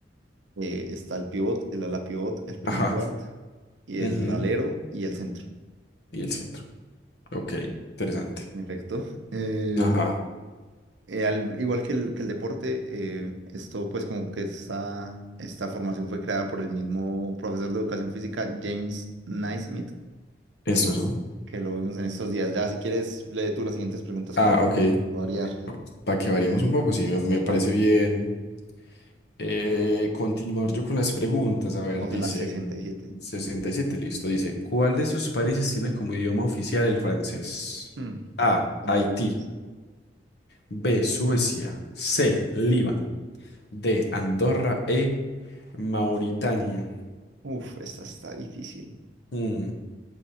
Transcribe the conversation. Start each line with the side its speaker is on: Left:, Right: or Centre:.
Right: eh, está el pivot, el ala pivot, el point
Left: Ajá.
Right: guard, y
Left: ujú,
Right: el alero y el centro.
Left: Y el centro. Ok, interesante.
Right: En efecto. Eh,
Left: Ajá,
Right: eh, al- igual que el, que el deporte, eh, esto pues como que esta, esta formación fue creada por el mismo profesor de educación física, James Naismith,
Left: eso, ¿no?
Right: que lo vimos en estos días. Ya si quieres, lee tú las siguientes preguntas
Left: Ah,
Right: como para
Left: ok.
Right: no variar.
Left: Para que variemos un poco, sí, me, me
Right: Epa,
Left: parece bien. Eh, continuar yo con las preguntas. A ver,
Right: vamos
Left: dice
Right: en las 67.
Left: 67, listo. Dice, ¿cuál de esos países tiene como idioma oficial el francés?
Right: Hmm.
Left: A,
Right: Dame
Left: Haití.
Right: las opciones.
Left: B, Suecia. C, Líbano. D, Andorra. E, Mauritania.
Right: Uf, esta está difícil.
Left: Mm,